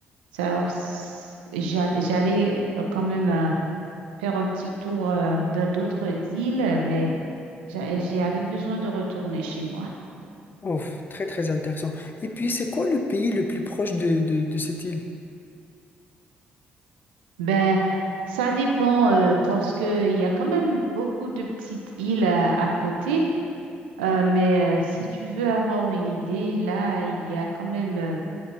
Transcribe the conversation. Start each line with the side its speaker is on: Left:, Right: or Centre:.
Right: ça, s- j'a- j'allais euh, quand même euh, faire un petit tour euh, dans d'autres îles, mais j'a- j'avais besoin de retourner chez moi.
Left: Ouf, très très intéressant. Et puis, c'est quoi le pays le plus proche de, de, de cette île?
Right: Ben, ça dépend euh, parce que il y a quand même beaucoup de petites îles à, à côté. Euh, mais euh, si tu veux avoir une idée, là, il y a quand même euh,